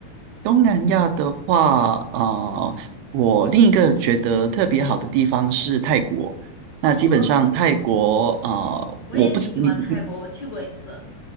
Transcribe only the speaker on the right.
东南亚的话，啊，我另一个觉得特别好的地方是泰国。那基本上泰国，
啊，
我不知你你